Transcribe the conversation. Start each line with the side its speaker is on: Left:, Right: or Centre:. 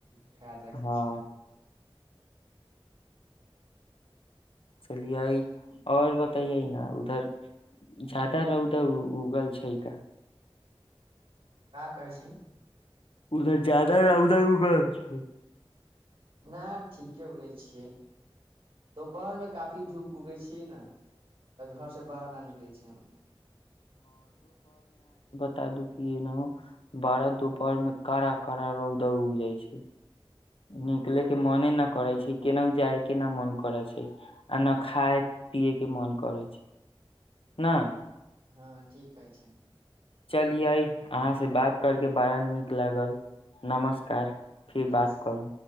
Right: खयाल राखि
Left: हँ
Right: छीय
Left: चलि आओर बताइ न उधर जदाा रहौदा उगल छै का
Right: का कहै छी
Left: उधर जादा उधर उ कर
Right: ना ठीके उगै छियै दुपहर में काफी धूप उगै छी ने तऽ घर से बाहर न निकलै छी हम
Left: दुखी बारह दुपहर मे कड़ा कारा रौद उग जाइ छै निकले के मोने न करै छै केनाहु जाय के नहि मन करै छै आ नहि खाय पिये के मन करै छै ने
Right: हँ ठीक कहै छै
Left: चलियइ अहाँ से बात करके बारा नीक लागल नमस्कार फिर
Right: नमस्कार
Left: बात करू